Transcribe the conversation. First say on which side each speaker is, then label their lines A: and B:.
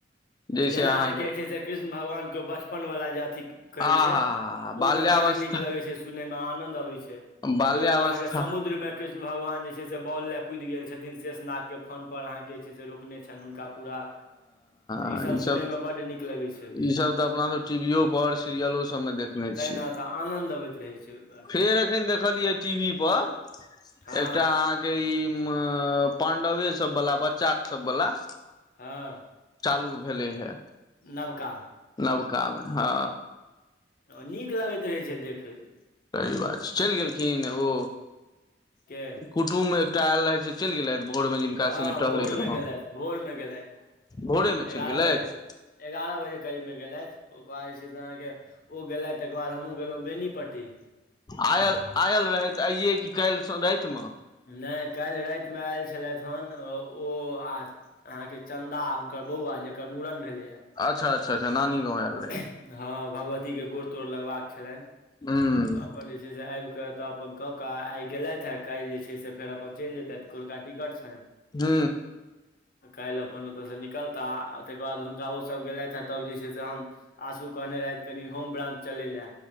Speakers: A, on the left; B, on the left.
A: जैसे
B: जेना
A: अहाँके
B: अहाँकेँ जे छै से कृष्ण भगवान के बचपन वला जे अथि कहै
A: आ हा
B: छै
A: हा बाल्यावस्था
B: ओहिमे बड्ड नीक लगै छै। सुनय मे आनंद अबैत छै
A: बाल्यावस्था
B: जे ओहिमे अहाँकेँ समुद्र मे कृष्ण भगवान जे छै से बॉल लए कुदि गेल छथिन शेष नागके फन पर अहाँके जे छै से रोप। ने छनि हुनका पूरा।
A: इ
B: ईसभ सुनयमे
A: सभ
B: बड्ड नीक लगै छै
A: ई सभ तऽ अपना सभ टीवी पर सीरियलो सभ मे देख छी
B: तै ने तऽ आनन्द अबैत रहै छै ओहिपर
A: फेर एखन देखलियै टीवी पर
B: हँ
A: एकटा अहाँकेँ ई पांडवे सभ वाला बच्चा सभ वाला
B: हँ।
A: चालू भेलै हे।
B: नवका।
A: नवका मे हँ
B: ओ नीक लगैत रहै छै देखैत।
A: सही बात छै चलि गेलखिन ओ
B: के
A: कुटुम्ब एकटा आयल रहे से चलि गेले। भोर मे जिनका
B: हँ
A: सगे टहलैत
B: भोर मे
A: रह
B: गेलथि भोर मे गेलथि
A: भोरे मे
B: एगारह
A: चलि गेलथि।
B: बजे एगारह बजे करीब मे गेलथि। ओकर बाद जे छै से अहाँकेँ ओ गेलथि तकर बाद हमहूँ गेलहुँ बेनीपट्टी।
A: आयल आयल रहैत आइयए कि काल्हि राति मे
B: नहि काल्हि रातिमे आयल छलथि हेन ओ। अहा के चंन्दा हुनकर बौआ जेकर मुड़न भेले या
A: अच्छा अच्छा नी वय रहल रहै
B: हँ भगवती के गोड़ तोर लगबाक छलनि
A: हूँ
B: अपन जे छै से आबि कऽ तब। अपन कऽ कऽ आइ गेलथि हे काल्हि जे छै से फेर अपन चलि जेतथि कोलका टिकट छनि।
A: हू।
B: काल्हि अपन ओतयसँ निकलताह आ ताकर बाद हुनका ओसभ गेलथि हे तब जे छै से हम। आँसू कहने रहथि कनि होम ब्रांच चलय लए